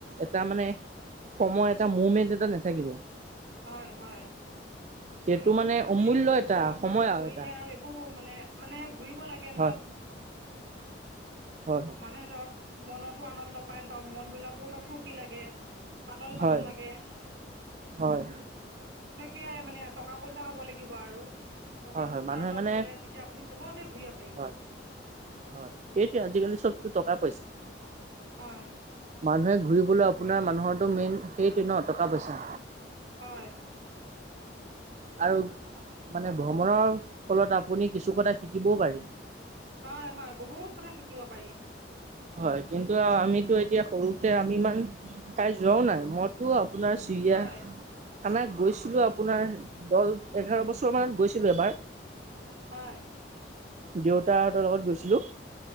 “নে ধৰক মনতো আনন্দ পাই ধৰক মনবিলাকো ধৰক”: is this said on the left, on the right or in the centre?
Right